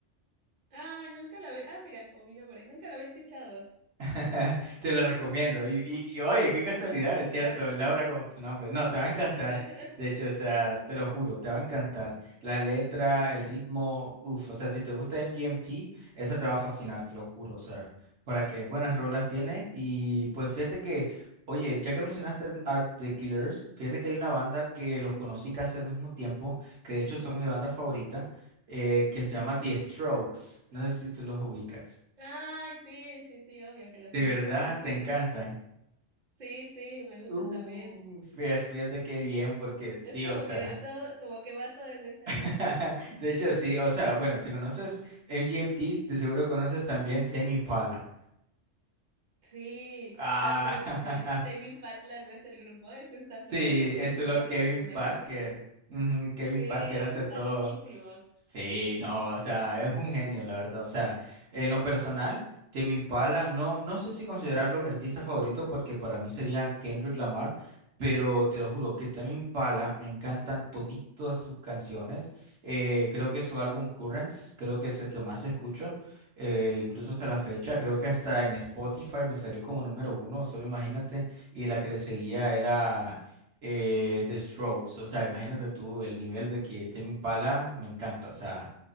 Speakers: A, on the right; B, on the right.
A: Ay, nunca la había. Ah, mira, como mi nombre. Nunca la había escuchado.
B: <laughs> Te lo recomiendo. Y, y, y, oye, qué casualidad,
A: La voy a
B: es
A: buscar.
B: cierto, Laura como tu nombre. No, te va a encantar.
A: <laughs>
B: De hecho, o sea, te lo juro, te va a encantar. La letra, el ritmo, uff, o sea, si te gusta MGMT, esa te va a fascinar, te lo juro. O sea, para que buenas rolas tiene. Y pues fíjate que, oye, ya que mencionaste a The Killers, fíjate que hay una banda que los conocí casi al mismo tiempo, que de hecho son mi banda favorita, eh, que se llama The Strokes. No sé si tú los ubicas.
A: Ay, sí, sí, sí, obvio que los
B: De
A: ubico.
B: verdad,
A: Sí, sí,
B: te
A: sí.
B: encantan.
A: Sí, sí, me gusta
B: Uh,
A: también.
B: fíjate, fíjate qué bien, porque sí,
A: Es como
B: o sea,
A: que de todo, como que va todo en esa
B: <laughs>
A: línea.
B: de hecho sí, o sea, bueno, si conoces MGMT, de seguro conoces también Tame Impala.
A: Sí.
B: Ah,
A: Sab- Oye, pero
B: <laughs>
A: ¿sabías que Tame Impala no es el grupo? Es esta sola
B: sí,
A: pers-
B: es
A: es una
B: solo
A: sola
B: Kevin
A: persona
B: Parker.
A: que hace todo.
B: Ujú,
A: Sí,
B: Kevin Parker
A: eso
B: hace
A: está
B: todo.
A: loquísimo.
B: Sí, no, o sea, es un genio, la verdad. O sea, en lo personal, Tame Impala, no, no sé si considerarlo mi artista favorito porque para mí sería Kendrick Lamar, pero te lo juro que Tame Impala me encantan toditas sus canciones. Eh, creo que su álbum Currents, creo que es el que más escucho, eh, incluso hasta la fecha. Creo que hasta en Spotify me salió como número uno, solo imagínate. Y la que le seguía era eh, The Strokes, o sea, imagínate tú el nivel de que Tame Impala me encanta, o sea,